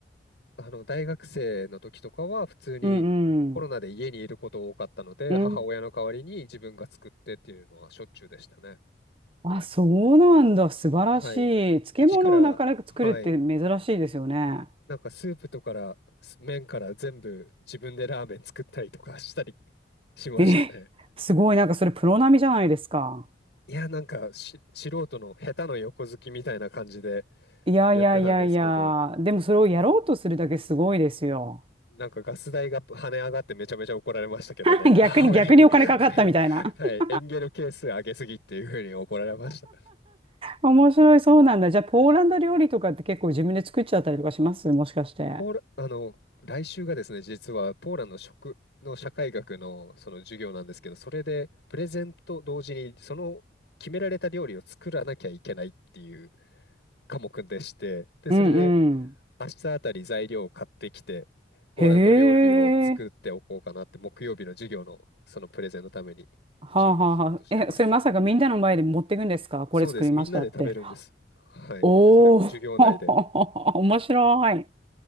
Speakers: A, on the left; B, on the right.
A: あの大学生の時とかは、普通にコロナで家にいること多かったので、
B: うんうん。うん
A: 母親の代わりに自分が作ってっていうのはしょっちゅうでしたね。
B: あ、そうなんだ。素晴らしい。
A: はい。
B: 漬物をなかなか作るって珍しいですよね。
A: 一から、はい。なんかスープとから、す麺から全部自分でラーメン作ったりとかしたりしましたね。
B: え、すごい。なんかそれプロ並みじゃないですか。
A: いや、なんかし素人の下手の横好きみたいな感じで
B: いやいやいやいや。
A: やってたんですけど、
B: でもそれをやろうとするだけすごいですよ。
A: なんかガス代が跳ね上がってめちゃめちゃ怒られましたけどね、
B: <laughs>
A: <laughs>
B: 逆に逆にお金かかったみたいな。
A: 母親に、はいはい、
B: <laughs>
A: エンゲル係数上げすぎっていうふうに怒られました。
B: 面白い。そうなんだ。じゃあポーランド料理とかって結構自分で作っちゃったりとかしますもしかして。
A: ポーラ、あの、来週がですね、実はポーランド食の社会学のその授業なんですけど、それでプレゼンと同時にその決められた料理を作らなきゃいけないっていう科目でして、で、それで
B: うんうん。
A: 明日あたり材料を買ってきて、ポーランド料理を作っておこうかなって、
B: へえ。
A: 木曜日の授業のそのプレゼンのために準備しようとしてます。
B: はあはあはあ。え、それまさかみんなの前で持っていくんですかこれ作りましたって。
A: そうです。みんなで食べるんです。はい。
B: おお、
A: それを授業内で。
B: <laughs> 面白い。